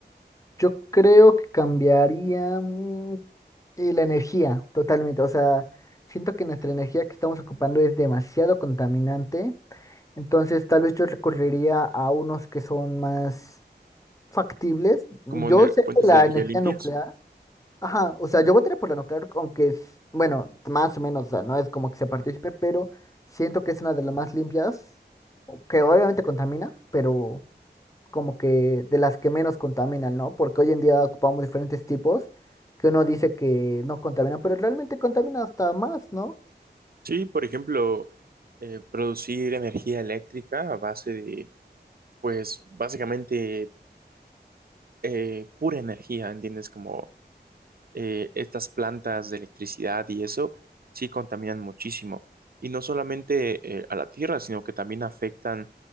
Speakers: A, on the left; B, on the right.
A: yo creo que cambiaría mm, eh, la energía totalmente. O sea, siento que nuestra energía que estamos ocupando es demasiado contaminante. Entonces, tal vez yo recurriría a unos que son más factibles. Yo
B: ¿Como ener-
A: sé
B: fuentes
A: que la
B: de energía
A: energía
B: limpias?
A: nuclear Ajá, o sea, yo votaré por la nuclear, aunque es, bueno, más o menos, o sea, no es como que se participe, pero siento que es una de las más limpias, o que obviamente contamina, pero como que de las que menos contaminan, ¿no? Porque hoy en día ocupamos diferentes tipos que uno dice que no contaminan, pero realmente contamina hasta más, ¿no?
B: Sí, por ejemplo, eh, producir energía eléctrica a base de pues básicamente eh, pura energía, ¿entiendes? Como eh, estas plantas de electricidad y eso sí contaminan muchísimo. Y no solamente eh, a la Tierra, sino que también afectan